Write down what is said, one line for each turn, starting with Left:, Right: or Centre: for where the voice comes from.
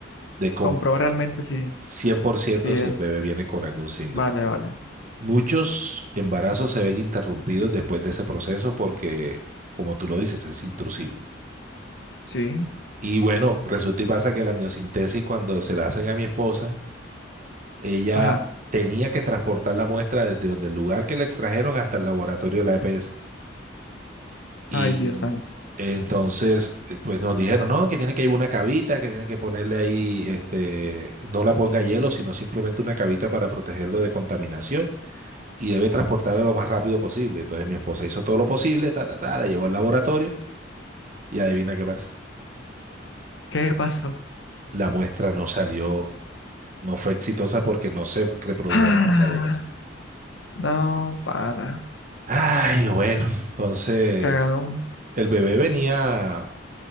Right: de, com-
Left: Comprobar realmente si,
Right: cien por ciento
Left: si es.
Right: si el bebé viene con algún síndrome.
Left: Vale, vale,
Right: Muchos embarazos se ven interrumpidos después de ese proceso porque, como tú lo dices, es intrusivo.
Left: sí,
Right: Y bueno, resulta y pasa que la amniocentesis, cuando se la hacen a mi esposa, ella
Left: ajá.
Right: tenía que transportar la muestra desde donde el lugar que la extrajeron hasta el laboratorio de la EPS. Y
Left: Ay, Dios santo.
Right: entonces, eh, pues nos dijeron, no, que tiene que llevar una cavita, que tiene que ponerle ahí, este, no la ponga hielo, sino simplemente una cavita para protegerlo de contaminación y debe transportarla lo más rápido posible. Entonces mi esposa hizo todo lo posible, ta, ta, ta, la llevó al laboratorio y adivina qué pasa.
Left: ¿Qué pasó?
Right: La muestra no salió, no fue exitosa porque no se reprodujeron
Left: Ah,
Right: las cédulas.
Left: no, para.
Right: Ay, bueno, entonces
Left: Cagadón,
Right: el bebé venía